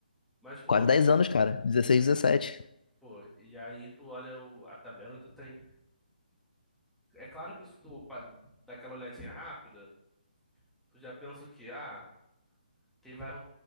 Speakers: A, in the centre; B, on the left.
A: Mas, pô,
B: Quase 10 anos, cara. dezesseis
A: é,
B: dezessete
A: pô, e aí tu olha o- a tabela e tu tem. É claro que se tu pa- dá aquela olhadinha rápida, Tu já pensa o quê? Ah, quem vai,